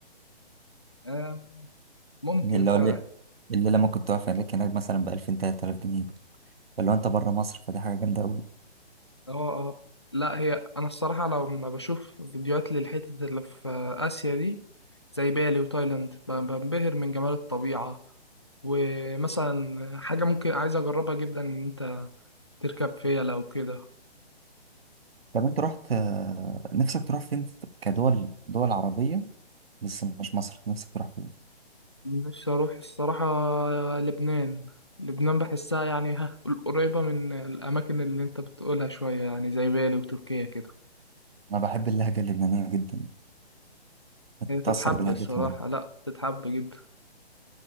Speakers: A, on the left; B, on the right.
A: آه، ممكن
B: إن اللي
A: فعلا
B: هو الليل- الليلة ممكن تقعد في هناك هناك مثلا بألفين تلات آلاف جنيه فلو أنت بره مصر فدي حاجة جامدة أوي
A: اه اه لا هي انا الصراحه لما بشوف فيديوهات للحتت اللي في اسيا دي زي بالي وتايلاند ب- بنبهر من جمال الطبيعه ومثلا حاجه ممكن عايز اجربها جدا ان انت تركب فيلا وكده
B: طب انت رحت آه، نفسك تروح فين في- كدول دول عربية بس مش مصر نفسك تروح فين
A: نفسي اروح الصراحه لبنان لبنان بحسها يعني ها قريبه من الاماكن اللي انت بتقولها شويه يعني زي بالي وتركيا كده
B: انا بحب اللهجة اللبنانية جدا
A: هي تتحب
B: بتأثر بلهجتهم
A: الصراحه
B: انا
A: لا تتحب جدا